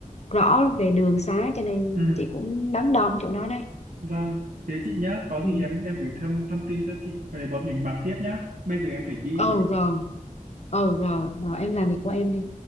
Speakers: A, on the left; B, on the right.
A: rõ về đường xá cho nên
B: Ừ,
A: chị cũng đắn đo cái chỗ đó đấy
B: vâng. Thế chị nhá, có gì
A: ừ.
B: em em gửi thêm thông tin cho chị về bọn mình bàn tiếp nhá. Bây giờ em phải đi
A: ừ
B: rồi.
A: rồi ừ rồi rồi em làm việc của em đi